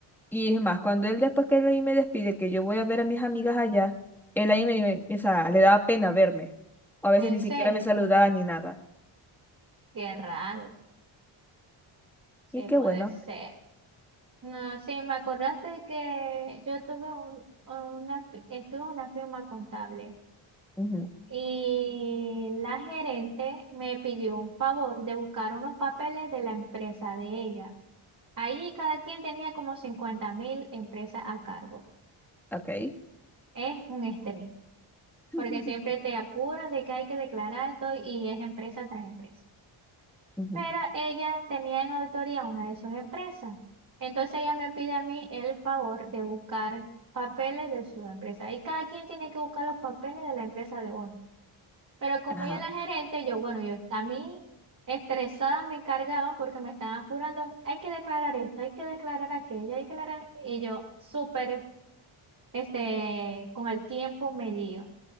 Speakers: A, in the centre; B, on the right (about 35°).
A: Y es más, cuando él después que él ahí me despide, que yo voy a ver a mis amigas allá, él ahí me, me- o sea, le daba pena verme. O a veces
B: En
A: ni
B: serio,
A: siquiera me saludaba ni nada.
B: qué raro. Sí,
A: Y qué
B: puede
A: bueno.
B: ser. No, sí, me acordaste que yo tuve un, una, fi- estuve en una firma contable
A: Ujú,
B: y la gerente me pidió un favor de buscar unos papeles de la empresa de ella. Ahí cada quien tenía como cincuenta mil empresas a cargo.
A: Ok.
B: Es un estrés,
A: <laughs>
B: porque siempre te apuran de que hay que declarar todo y es empresa tras empresa.
A: Ujú,
B: Pero ella tenía en auditoría una de sus empresas. Entonces ella me pide a mí el favor de buscar papeles de su empresa. Y cada quien tiene que buscar los papeles de la empresa de uno. Pero como
A: Ajá.
B: ella es la gerente, yo, bueno, yo a mí estresada me cargaban porque me estaban apurando. Hay que declarar esto, hay que declarar aquello, hay que declarar. Y yo súper, este, con el tiempo medido.